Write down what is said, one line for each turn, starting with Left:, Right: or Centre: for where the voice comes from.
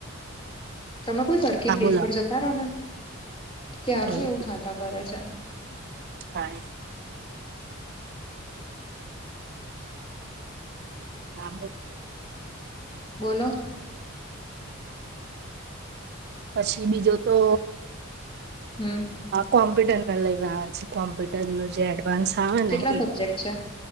Left: તમે કોઈ સરખી
Right: હા
Left: પ્લેસ
Right: બોલો
Left: પર જતા રહો ને ત્યારનું
Right: હવે
Left: એવું થાતા કરે છે.
Right: હા. હા બ.
Left: બોલો.
Right: પછી બીજો તો.
Left: હમ.
Right: કોમ્પ્યુટર ના લઈને આવે છે કોમ્પ્યુટર ન જે એડવાન્સ આવે
Left: કેટલા
Right: ને એ.
Left: સબ્જેક્ટ છે